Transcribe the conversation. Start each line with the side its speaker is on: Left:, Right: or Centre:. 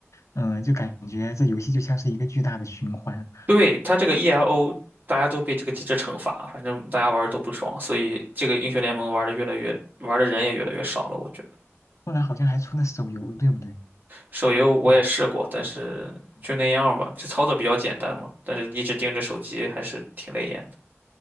Left: 嗯，就感觉这游戏就像是一个巨大的循环。
Right: 对，它这个 ELO，大家都被这个机制惩罚，
Left: 嗯
Right: 反正大家玩的都不爽，所以这个英雄联盟玩的越来越玩的人也越来越少了。
Left: 嗯
Right: 我觉得
Left: 后来好像还出了手游，对不对？
Right: 手游我也试过，
Left: 嗯，
Right: 但是就那样吧，
Left: 嗯
Right: 就操作比较简单嘛，但是一直盯着手机还是挺累眼的。